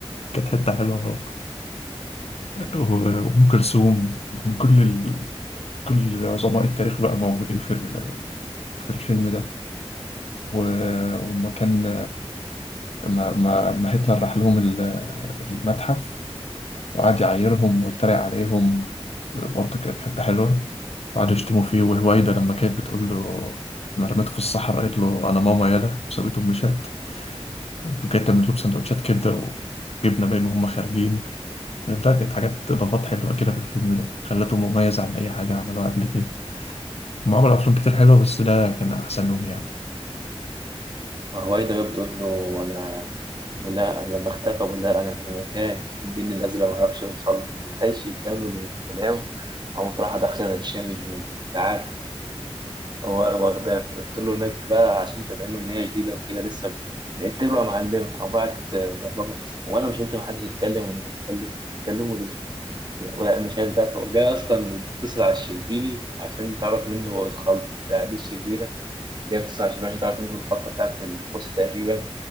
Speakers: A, on the left; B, on the right.
A: كانت حتة حلوة برضه و- وأم كلثوم وكان كل ال... كل عظماء التاريخ بقى موجودين في ال... في الفيلم ده و... وما كان ما... ما... ما هتلر راح لهم ال- المتحف وقعد يعايرهم ويتريق عليهم برضه كانت حتة حلوة وقعدوا يشتموا فيه وهوايدا لما كانت بتقول له ما رميته في الصحراء قالت له أنا ماما يالا وسابته مشات وكانت تعمل لهم سندوتشات كبدة وجبنة باين وهم خارجين ده كانت حاجات إضافات حلوة كده في الفيلم ده خلته مميز عن أي حاجة عملوها قبل كده هم عملوا أفلام كتير حلوة بس ده كان أحسنهم يعني
B: هوايدا بقى بتقول له أنا بقول لها لما اختفى بقول لها أنا في مكان الجن الأزرق ما عرفش يوصل له. ما لحقش يكمل الكلام قامت رايحة داخلة تشامل هناك تعال هو واخداك قلت له هناك بقى عشان تبين له إن هي جديدة وكده لسه بس لقيت له يا معلم قام بعت ضربات بالرصاص وأنا مش قلت محدش يتكلم وأنا بتكلم بتكلموا ليه؟ لا مش هي بتاعته جاي أصلا بتصل على الشربيني عشان تعرف منه الخلطة بتاع دي الشريرة جاب 29 ماشي تعرف منه الخلطة بتاعت الكوسة تقريبا